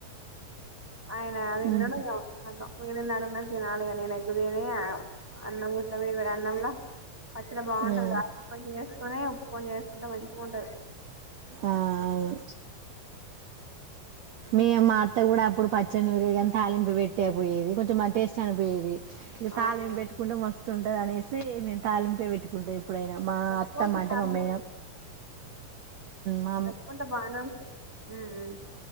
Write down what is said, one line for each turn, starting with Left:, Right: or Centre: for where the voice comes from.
Centre: ఆయన తిన్నడు.
Right: ఉమ్
Centre: ఇక ఖతం మిగిలింది ఆడుంది తినాలి. నేను ఎగ్గు తిని అన్నం ఇట్ల వేడి అన్నంలో పచ్చడి బాగుంటది
Right: ఉమ్
Centre: గా కొంచెం వేసుకుని ఉప్పు కొంచెం వేసుకుంటే మంచిగా ఉంటది
Right: ఆ అవును ేమా అత్త కూడా అప్పుడు పచ్చడి నూరిగాని తాలింపు పెట్టే పోయేది కొంచెం అ టేస్ట్ అనిపోయేది ఇంకా
Centre: అవును
Right: తాళ ఏం పెట్టుకుంటే మస్తు ఉంటది అనేసి మేము తాలింపే పెట్టుకుంటే ఎప్పుడైనా మా
Centre: పెట్టుకోవచ్చు
Right: అత్తమ్మ అంటే
Centre: తాలింపు
Right: మా మేడం మా
Centre: పెట్టుకుంటే బానే ఉంటది ఉమ్